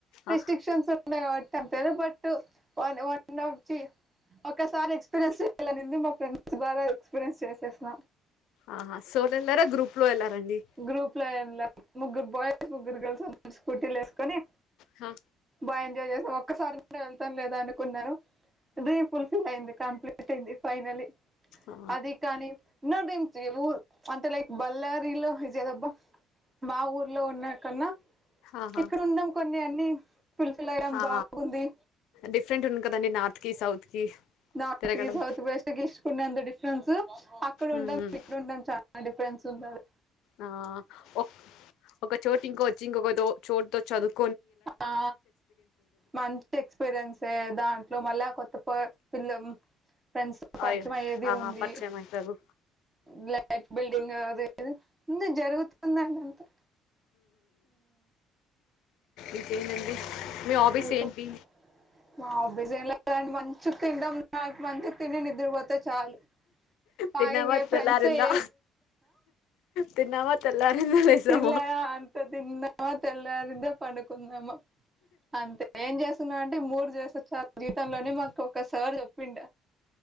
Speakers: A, on the right; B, on the left.
A: రెస్ట్రిక్షన్స్
B: ఆ!
A: ఉన్నాయి కాబట్టి అ పెరుపట్ వన్ వనోఫ్చి ఒసారి ఎక్స్ప్రెస్ చెయాలీ అనిఉంది ఫ్రెండ్స్ ద్వారా ఎక్స్పీరియన్స్ చేసేసాం
B: ఆహా సోల్ందార్ గ్రూప్ లో వెళ్ళారండి
A: గ్రూప్లో <unintelligible> ముగ్గురు బాయ్స్ ముగ్గురు గర్ల్స్రు స్కూటీలు వేసుకొని
B: హా
A: బాగా ఎంజాయ్ చేస్తా ఒక్కసారి నేను వెళ్తాను లేదా అనుకున్నారు డ్రీమ్ ఫుల్ఫిల్ అయింది కంప్లీట్ అయింది ఫైనలీ
B: ఆ!
A: అది కానీ నో డ్రీమ్స్ ఊ అంటే లైక్ బారిలో ఇజదబ్బ మా ఊర్లో ఉన్నా కన్నా
B: ఆహా
A: ఇక్కడ ఉన్నాం కొన్ని అన్నీ ఫుల్ఫిల్ అయ్యాం
B: ఆ
A: బాగుంది.
B: డిఫరెంట్ ఉంది కదండి నార్త్ కి సౌత్ కి
A: నార్త్
B: తిరగడం
A: కి సౌత్కి ఇసుక ఉన్నంత రెన్స్ అక్కడ ఉండాం
B: ఉమ్
A: ఇక్కడుడాం చాలా డఫ్ ఫ్రెండ్స్ ఉన్నారు.
B: ఆ ఒక ఒక చోటు ఇంకో వచ్చి ఇంకొక దో చోటుతో చదువు
A: ఆ మంచి ఎక్స్పీరియన్సే దాం ట్లో మళ్ళా కొత్త పిల్ల ఫ్రెండ్స్ పరిచయం
B: అయ
A: అయ్యేది
B: ఆ
A: ఉంది
B: పరిచయం అయితారు
A: బ్లాక్ బిల్డింగ్ అదేది ఉంది జరుగుతుందండి అంతా
B: ఇంకెందండి మీ హాబీస్
A: చెప్
B: ఏంటి?
A: మా హాబీస్ ఏం లేదండి మంచి తింటాం నా మంచిగా తిని నిద్రపోతే చాలు బాగా
B: తిన్నామా తెల్లారిందా
A: ఫ్రెండ్స్ ఏ
B: తిన్నామా తెల్లారిందా లేసామా
A: తిల్లార అంత తిన్నవ తెల్లరింద పండుకుందామ అంతే ఏం చేస్తున్నా అంటే మూడు చ జీవితంలోనే మాకు ఒక సార్ చెప్పిండ